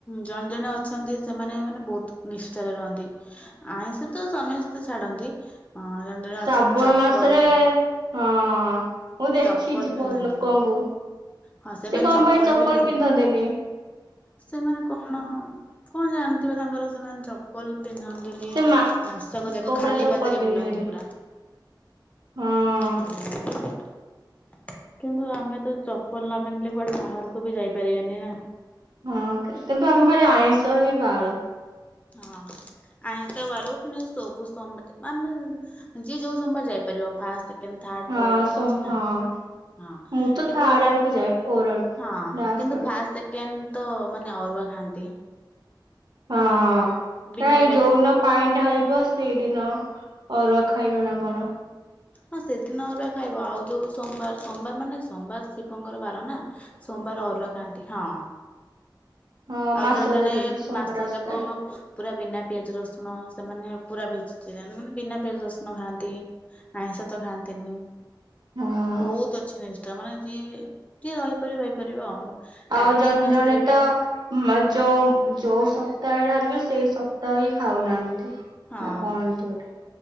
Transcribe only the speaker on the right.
ଶ୍ରାବଣ
ମାସରେ ହଁ ମୁଁ ଦେଖିଛି
ବହୁ ଲୋକଙ୍କୁ
ସେ କଣ ପାଇଁ ଚପଲ
ପିନ୍ଧନ୍ତିନି।
ସେ
ପୁରା ଚପଲ
ପିନ୍ଧିବେନି
ହଁ।
ହଁ କି କିନ୍ତୁ ଆମେ ଖାଲି ଆଇଁଷ ହିଁ ବାରୁ।
ହଁ
ସୋ
ହଁ।
ମୁଁ ତ
ଥାର୍ଡ ଆଡକୁ ଯାଏ ଫୋର ଆଡକୁ
ଲାଷ୍ଟ
ଆଡକୁ
ହଁ
କାଇଁ
ଯୋଉନ ପାଇଁ ଢାଳିବ ସେଇଦିନ ଅରୁଆ ଖାଇବ ନା କଣ।
ହଁ
ମାସକ
ଯାତ୍ରା ସୋମବାର
ଆସିଥାଏ
ହଁ
ଆଉ
ଜଣେ
ଜଣେ ତ
ମା ଯୋଉ ଯୋଉ ସପ୍ତାହ ହାରିବେ ସେଇ ସପ୍ ଭାତ ହି ଖାଉନାହାନ୍ତି।
ନା କଣ ଏମିତି ଗୋଟେ।